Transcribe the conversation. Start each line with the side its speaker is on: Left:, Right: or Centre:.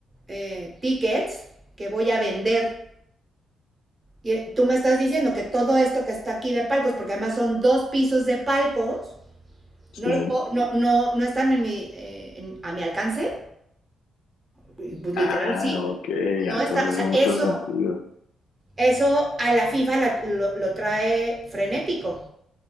Right: eh, tickets que voy a vender. Y eh, tú me estás diciendo que todo esto que está aquí de palcos, porque además son dos pisos de palcos,
Left: sí.
Right: no, los puedo- no, no, no están en mi, eh, en- a mi alcance. Pues
Left: Ah,
Right: literal, sí.
Left: ok, ya,
Right: No
Left: entonces
Right: está, o sea,
Left: hace mucho
Right: eso,
Left: sentido.
Right: eso a la FIFA la- lo, lo trae frenético.